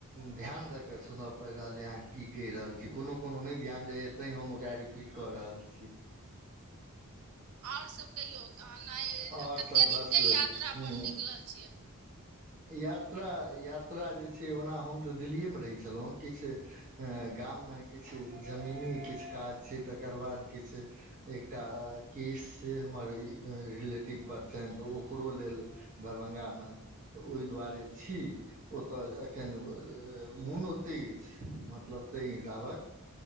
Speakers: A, on the right; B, on the right.
A: ध्यान दऽ कऽ सुन पड़ि रहल अइ अहां की कहि रहल छी कोनो कोनो नै ध्यान जाइए तैँ हम ओकरा रिपीट कऽ रहल छी।
B: आओर सब कहियौ तहन आइ
A: आओर
B: कते
A: सभ
B: दिनके
A: बस
B: यात्रा पर निकलल छियै?
A: यात्रा यात्रा जे छै ओना हम तऽ दिल्लिएमे रहै छलहुँ किछ गाममे किछ जमीनी किछ काज छै तकर बाद किछ। एकटा केस हमर रिलेटिव पर छनि तऽ ओकरो लेल दरभंगामे तऽ ओहि दुआरे छी ओतय एखन मोन ओतय अछि मतलब ताहि हिसाबक।